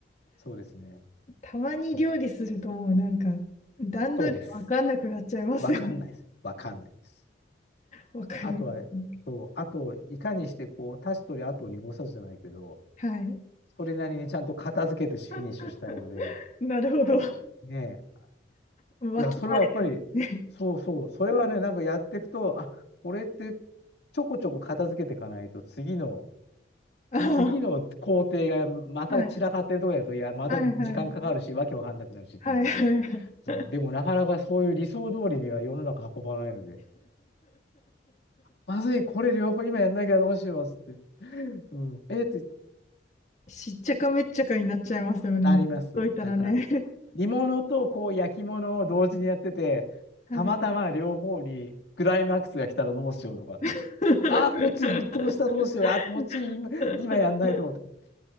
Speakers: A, on the left; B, on the left.
A: そうですね。
B: たまに料理するともうなんか段取りわかんなくなっちゃいますよね。
A: そう。そうです。わかんないです。わかんないです。
B: わかりますね。
A: あとは、そう、あと、いかにして、こう、足すとり後を濁さずじゃないけど、
B: はい。
A: それなりにちゃんと片付けてフィニッシュしたいので、
B: <laughs> なるほど。<laughs>
A: ね
B: わきま
A: え。いや、それはやっぱり、
B: えね。
A: そうそう、それはね、なんかやっていくと、あ、これって、ちょこちょこ片付けていかないと、次の、
B: あ
A: 次の工程がまた散らかってるとこやと、
B: あ、はい。
A: いや、また時間かかるし、
B: はいはいはい。
A: わけわかんなくなるし、
B: はいはいはい。
A: と思って。でも、なかなかそういう理想通りには世の中運ばないので。まずい、これ両方今やんなきゃどうしようっつって。<laughs> うん。えっと、
B: <laughs> しっちゃかめっちゃかになっちゃいますよね。
A: なります。
B: もうほっといたらね。
A: なんか、煮物とこう焼き物を同時にやってて、
B: <laughs>
A: たまたま両方にクライマックスが来たらどうしようとか。
B: はい。<laughs>
A: ああ、こっち沸騰したどうしよう。ああ、こっち今、
B: で
A: 今やんないと。とか